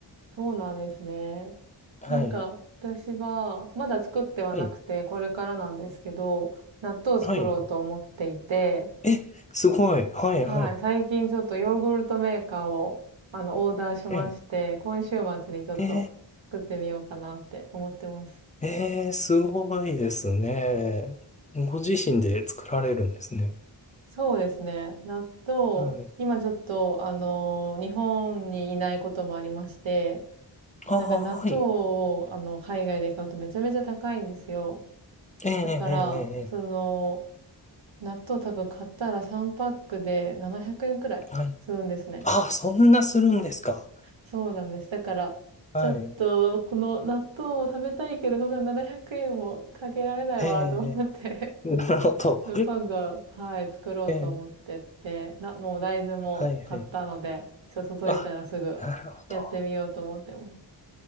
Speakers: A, on the right (about 85°); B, on the left (about 20°).
A: そうなんですね。
B: はい。
A: なんか、私は、まだ作ってはなくて、
B: はい。
A: これからなんですけど、納豆を作ろうと思っていて、
B: はい。え、すごい。はい、
A: はい。
B: はい。
A: 最近ちょっとヨーグルトメーカーを、あの、オーダーしまして、
B: え、
A: 今週末にちょっと作ってみようかなって思ってます。
B: えー、えー、すごいですね。ご自身で作られるんですね。
A: そうですね。納豆、
B: はい。
A: 今ちょっと、あの、日本にいないこともありまして、
B: ああ、
A: なんか納豆を、
B: はい。
A: あの、海外で買うとめちゃめちゃ高いんですよ。
B: えー、えー、
A: だから、その、
B: え
A: 納豆多分買ったら3パックで700円くえんくらいするんですね。
B: ー、えーはい。ああ、そんなするんですか。
A: そうなんです。だから、
B: はい。
A: ちょっと、この納豆を食べたいけど、こんな700円もかけられないわ、
B: ええ
A: と思って
B: <laughs>
A: <laughs>
B: なるほど。
A: そう今度、はい、作ろうと思ってって、
B: ええ
A: な、もう大豆も買ったので、
B: はい、はい。
A: ちょっと届いたらすぐやってみようと思ってます。
B: あ、なるほど。